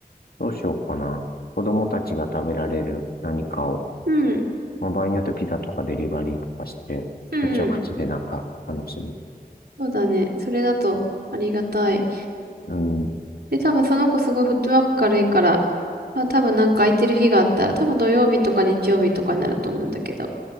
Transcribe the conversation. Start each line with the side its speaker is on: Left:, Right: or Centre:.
Left: どうしようかな。子供たちが食べられる何かを、
Right: うん、
Left: まあ、場合によってピザとかデリバリーとかして、
Right: うん。
Left: こっちはこっちでなんか楽しむ。
Right: そうだね。それだとありがたい。
Left: うん。
Right: で、多分その子すごいフットワーク軽いから、まあ、多分なんか空いてる日があったら、多分土曜日とか日曜日とかになると思うんだけど、